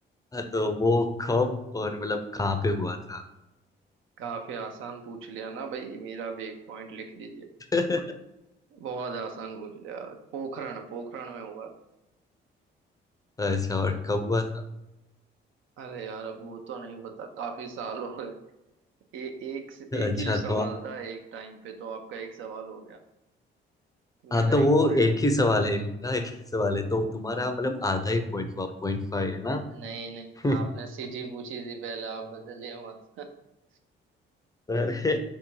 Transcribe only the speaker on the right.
काफी आसान पूछ लिया ना भाई मेरा भी एक पॉइंट लिख लीजिए
बहुत आसान पूछ लिया पोखरण पोखरण में हुआ था
अरे यार अब वो तो नहीं पता काफी साल हो गए ए, एक
एक ही सवाल
था एक टाइम पे तो आपका एक सवाल हो गया तो मेरा
एक
पॉइंट
नहीं नहीं
आपने सिटी पूछी थी पहले आप बदलिए मत <laughs>